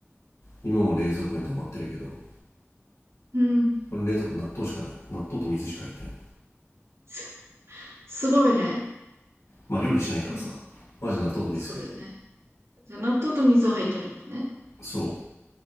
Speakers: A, on the left; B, on the right.
A: 今も冷蔵庫に溜まってるけど
B: うん。うん。
A: これ冷蔵庫納豆しかない納豆と水しか入ってない
B: す、すごいね。
A: まあ料理しないからさ
B: め
A: マジ納豆と水しか入ってない
B: そうだよね。じゃあ、納豆と水は入ってるんだね。
A: そ